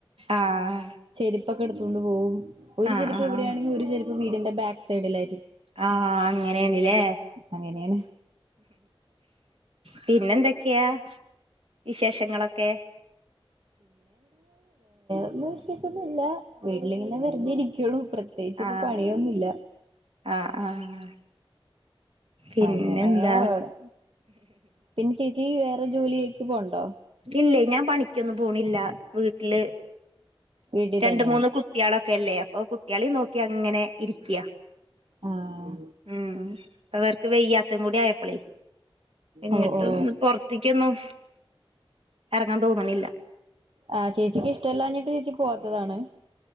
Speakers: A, on the right (about 85°); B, on the right (about 65°).
A: ആഹ്
B: ചെരി പ്പെടുത്തോണ്ട് പോകും. ഒരു
A: ആഹ്
B: ചെരിപ്പിവിടെയാണെ
A: ആഹ് ആഹ്
B: ഒരു ചെരിപ്പ് വീടിന്റെ ബാക് സൈഡിലാ
A: ആഹ് അങ്ങ അങ്ങനെയാണില്ലേ?
B: അങ്ങനെയാണ്
A: പിന്നെന്തൊക്കെയാ വിശേഷങ്ങളൊക്കെ?
B: എന്ത് വിശേഷം. ഇല്ലാ. വീട്ടിലിങ്ങനെ വെറുതെ ഇരിക്കുള്ളൂ. പ്രത്യേകിച്ച് ഇപ്പ
A: ആഹ്
B: പണിയൊന്നുല്ല
A: ആഹ് ആഹ് പിന്നെന്താ
B: അങ്ങനെങ്ങനാ പോണു. പിന്നെ ചേച്ചി വേറെ ജോലിക്ക് പോണ്ടോ?
A: ഇല്ലേ, ഞാൻ പണിക്കൊന്നും പോണില്ല വീട്ടില്
B: വീട്ടിൽ
A: രണ്ടുമൂന്ന്
B: തന്നെയാണ്
A: കുട്ടികളൊക്കെ അല്ലേ, അപ്പൊ കുട്ടികളേം നോക്കി അങ്ങനെ ഇരിക്കയാ.
B: ആഹ്
A: ഉം ഇപ്പവർക്ക് വെയ്യാത്തും കൂടി ആയപ്പളേ എങ്ങിട്ട്വോന്ന്
B: ഓ ഓ
A: പൊറത്തേക്കൊന്നും എറങ്ങാൻ തോന്നണില്ല.
B: ആ ചേച്ചിക്ക് ഇഷ്ടല്ലാഞ്ഞിട്ട് ചേച്ചി പോവാ ത്തതാണ്.